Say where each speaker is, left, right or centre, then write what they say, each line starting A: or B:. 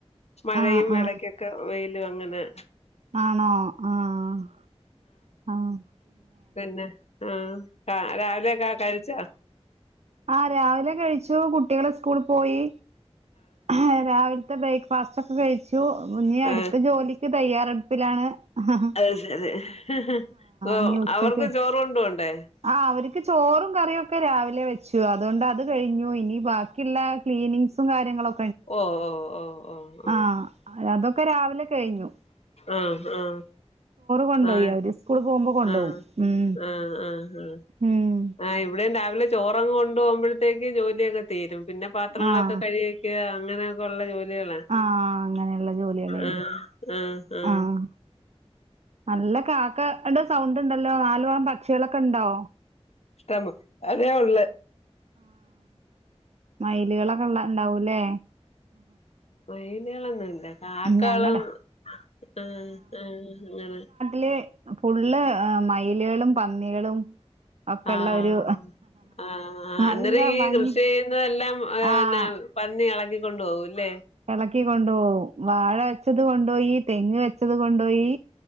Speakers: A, on the left; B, on the right.
A: മഴയും
B: ആഹ് ആഹ്
A: എടയ്ക്കൊക്കെ വെയിലും അങ്ങനെ
B: ആണോ ആഹ് ആഹ്
A: പിന്നെ ആഹ് കാ രാവിലോക്കെ കയിച്ചോ?
B: ആ രാവിലെ കഴിച്ചു കുട്ടികള് സ്കൂള് പോയി ആഹ് രാവിൽത്തെ ബ്രേക്ക്ഫാസ്റ്റ് ഒക്കെ കഴിച്ചു ഇനി അടുത്ത
A: ആഹ്
B: ജോലിക്ക് തയ്യാറെടുപ്പിലാണ് ആഹ്
A: അത് ശരി അപ്പോ
B: ഇനി ഉച്ചക്ക്
A: അവർക്ക് ചോറ് കൊണ്ടുപോണ്ടെ
B: ആഹ് അവര്ക്ക് ചോറും കറിയോക്കെ രാവിലെ വെച്ചു അതുകൊണ്ട് അത് കഴിഞ്ഞു ഇനി ബ ക്കിള്ള ക്ലീനിങ്ങ്സും കാര്യങ്ങളൊ
A: ഓ ഓ ഓ ഓ
B: ആഹ് അതൊക്കെ രാവിലെ കയിഞ്ഞു
A: ഉം ഉം
B: കൊണ്ടോയി
A: ആഹ്
B: അവര് സ്കൂള് പോകുമ്പോ കൊണ്ടോവും
A: ആഹ്
B: ഉം
A: ആഹ് ആഹ് ആഹ്
B: ഉം
A: ആഹ് ഇവടെയും രാവിലെ ചോറങ്ങ് കൊണ്ട് പോമ്പഴത്തേക്ക് ജോലിയൊക്കെ തീരും പിന്നെ പാത്രങ്ങളൊക്കെ
B: ആഹ്
A: കയി ക്ക അങ്ങനെക്കെ ഒള്ള ജോലികളാ
B: ആഹ് അങ്ങനെയോള്ള ജോലികളെ ഇള്ളൂ
A: ആഹ് ആഹ് ആഹ്
B: ആഹ് നല്ല കാക്ക ടെ സൗണ്ട് ഉണ്ടല്ലോ നാലുപൊറം പക്ഷികളൊക്കെ ഇണ്ടോ
A: ഇഷ്ടം അതെ ഒള്ള്
B: മയില്കളൊക്കെ ഒള്ള ഇണ്ടാവൂല്ലേ
A: മയില് കളൊന്നുല്ല കാക്കകളും
B: ഞങ്ങടെ
A: ഉം ഉം ഇങ്ങനെ
B: ല് ഫുള്ള് മയിലെളും പന്നികളും ഒക്കെള്ള
A: ആഹ്
B: ഒരു
A: ആ
B: നല്ല
A: അന്നേരം ഈ
B: ഭംഗി
A: കൃഷിയെ ന്നതെല്ലാം ഏ
B: ആഹ്
A: പിന്നെ പന്നി എളക്കിക്കൊണ്ടു പോകും അല്ലേ
B: എളക്കി കൊണ്ടൊവും വാഴ വെച്ചത് കൊണ്ടൊയി തെങ്ങ് വെച്ചത് കൊണ്ടൊയി